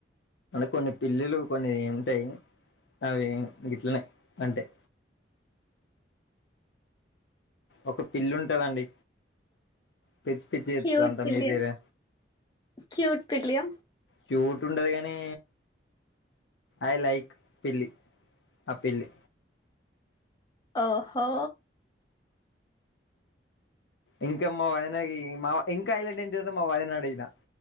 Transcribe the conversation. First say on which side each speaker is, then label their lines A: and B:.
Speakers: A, on the left (about 75°); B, on the left (about 25°).
A: కొన్ని పిల్లులు కొన్ని ఉంటాయి అవి గిట్లనే అంటయ్ ఒక పిల్లింటదండి పిచ్చి పిచ్చి చెత్తది
B: క్యూట్
A: అంతా
B: పిల్లియా.
A: మీ పేరు
B: క్యూట్ పిల్లియ
A: క్యూట్టండది గాని ఐ లైక్ పిల్లి ఆ పిల్లి
B: ఓహో
A: ఇంకా మా వదిన కి మా ఇంకా హైలైట్ ఏంటిదంటే మా వదినని అడిగిన